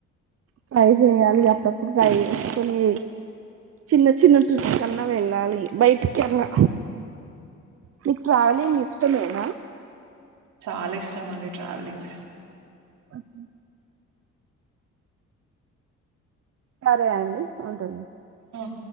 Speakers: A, on the right (about 50°); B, on the right (about 80°).
A: ట్రై చేయాలి అప్పుడప్పుడు ట్రై చేసుకుని చిన్న చిన్న టుట్ కన్నా వెళ్ళాలి బయటికి అలా మీకు ట్రావెలింగ్ ఇష్టమేనా
B: చాలా ఇష్టం అండి. ట్రావెలింగ్స్
A: అకే సరే అండి ఉంటుంది.
B: ఓకే